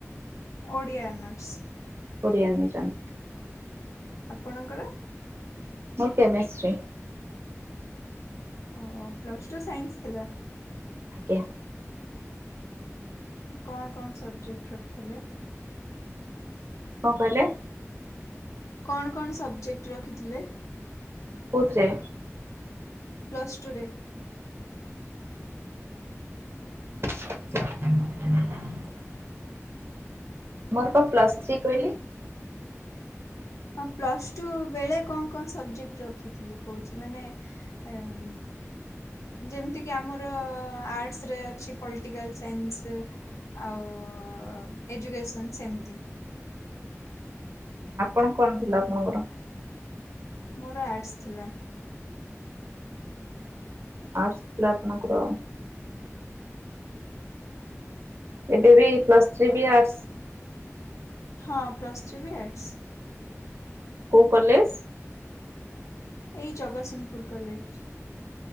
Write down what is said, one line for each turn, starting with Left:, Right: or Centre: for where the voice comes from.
Left: ଓଡ଼ିଆ ଅନର୍ସ।
Right: ଓଡ଼ିଆ ନେଇଛନ୍ତି।
Left: ଆପଣଙ୍କର?
Right: ମୋର କେମେଷ୍ଟ୍ରି।
Left: ଓ ପ୍ଲସ ଟୁ ସାଇନ୍ସ ଥିଲା।
Right: ଆଜ୍ଞା।
Left: କଣ କଣ ସବଜେକ୍ଟ ରଖିଥିଲେ?
Right: କଣ କହିଲେ?
Left: କଣ କଣ ସବଜେକ୍ଟ ରଖିଥିଲେ?
Right: କଉ ଥିରେ?
Left: ପ୍ଲସ୍ଟୁରେ?
Right: <inaudible> ମୋର ପା ପ୍ଲସ୍ ଥ୍ରୀ କହିଲି।
Left: ହଁ ପ୍ଲସ ଟୁ ବେଳେ କଣ କଣ ସବଜେକ୍ଟ ରଖିଥିଲେ କହୁଛି ମାନେ ଏମ ଯେମିତିକି ଆମର ଆର୍ଟସରେ ଅଛି ପଲିଟିକାଲ ସାଇନ୍ସ। ଆଉ ଏଜୁକେସନ୍ ସେମିତି।
Right: ଆପଣ କଣ ଥିଲା ଆପଣଙ୍କର?
Left: ମୋର ଆର୍ଟସ୍ ଥିଲା।
Right: ଆଡ୍ସ ଥିଲା ଆପଣଙ୍କର? ଏବେ ବି ପ୍ଲସ୍ ଥ୍ରୀ ବି ଆର୍ଟସ୍।
Left: ହଁ, ପ୍ଲସ୍ ଥ୍ରୀ ବି ଆର୍ଟସ୍।
Right: କୋଉ କଲେଜ?
Left: ଏଇ ଜଗସିଂହପୁରୁ କଲେଜ।